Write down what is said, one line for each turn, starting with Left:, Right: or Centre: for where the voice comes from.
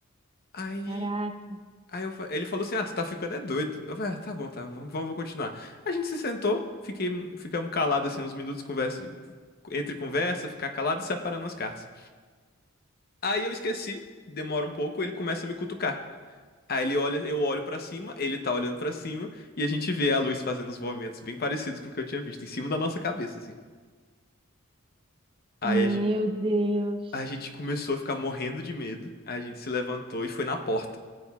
Left: Aí,
Right: caraca,
Left: aí eu fa- ele falou assim: Ah, tu tá ficando é doido. Eu falei: ah, tá bom, tá, vamos, vamos continuar. A gente se sentou, fiquei, ficamos calados assim uns minutos, conversa, entre conversa, ficar calado e separando as cartas. Aí eu esqueci, demora um pouco, ele começa a me cutucar. Aí ele olha, eu olho pra cima, ele tá olhando pra cima e a gente vê a luz fazendo os movimentos bem parecidos com o que eu tinha visto em cima da nossa cabeça, assim. Aí
Right: meu
Left: a gente,
Right: Deus.
Left: a gente começou a ficar morrendo de medo. Aí a gente se levantou e foi na porta.